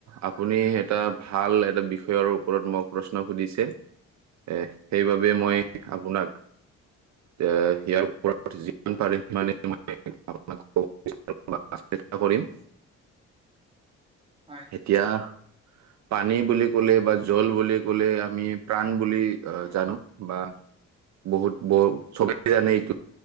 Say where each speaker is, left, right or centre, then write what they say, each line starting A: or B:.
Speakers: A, on the right; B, on the right.
A: আপুনি এটা ভাল এটা বিষয়ৰ ওপৰত মোক প্ৰশ্ন সুধিছে। এ, সেইবাবে মই
B: হয়
A: আপোনাক এ, সেয়াৰ ওপৰত যিমান পাৰে সিমানে মই আপোনাক ক'ব বিচাৰিম বা চেষ্টা কৰিম।
B: হয়।
A: এতিয়া পানী বুলি ক'লে বা জল বুলি ক'লে আমি প্ৰাণ বুলি অ'
B: উম
A: জানো বা বহুত ব চবেই জানে এইটো